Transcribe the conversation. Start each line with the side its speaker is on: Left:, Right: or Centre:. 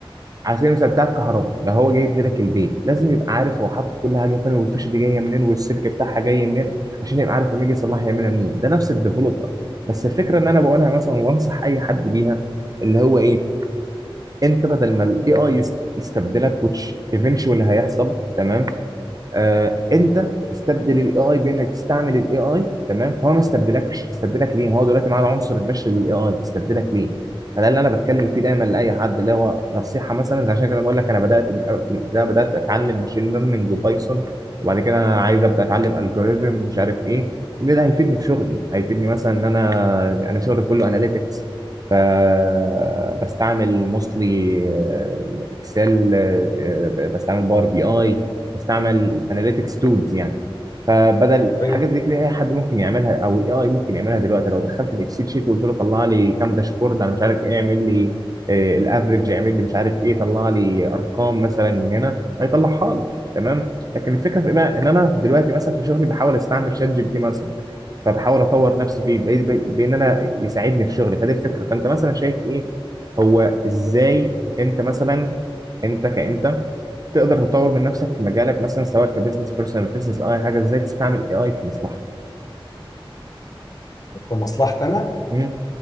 Right: على سبيل المثال بتاع الكهرباء ده هو جاي يبني لك البيت لازم يبقى عارف هو حاطط كل حاجه فين والفيش دي جايه منين والسلك بتاعها جاي منين عشان يبقى عارف لما يجي يصلحها يعملها منين ده نفس الديفلوبر بس الفكره ان انا بقولها مثلا وانصح اي حد بيها اللي هو ايه انت بدل ما الاي اي يستبدلك which eventually هيحصل تمام آه انت استبدل الاي اي بانك تستعمل الاي اي تمام فهو ما استبدلكش استبدلك ليه ما هو دلوقتي معاه العنصر البشري بالاي اي استبدلك ليه فده اللي انا بتكلم فيه دايما لاي حد اللي هو نصيحه مثلا زي عشان كده بقول لك انا بدات من أول- في البدايه بدات اتعلم ماشين ليرنينج وبايثون وبعد كده انا عايز ابدا اتعلم الجوريزم مش عارف ايه ليه ده هيفيدني في شغلي هيفيدني مثلا ان انا انا شغلي كله اناليتكس فبستعمل موستلي اكسل بستعمل باور بي اي بستعمل اناليتكس تولز يعني فبدل
Left: بالنسبة
Right: حاجه
Left: لي
Right: زي كده اي حد ممكن يعملها او الاي اي ممكن يعملها دلوقتي لو دخلت الاكسل شيت وقلت له طلع لي كام داشبورد انا مش عارف ايه اعمل لي الافرج اعمل لي مش عارف ايه طلع لي ارقام مثلا من هنا هيطلعها لي تمام لكن الفكره في ايه بقى ان انا دلوقتي مثلا في شغلي بحاول استعمل شات جي بي تي مثلا فبحاول اطور نفسي فيه بقيت- بقيت- بان انا يساعدني في شغلي فدي الفكره فانت مثلا شايف ايه هو ازاي انت مثلا انت كانت تقدر تطور من نفسك في مجالك مثلا سواء كبزنس بيرسونال بزنس اي حاجه ازاي تستعمل اي اي في مصلحتك
Left: كمصلحتي انا
Right: مم.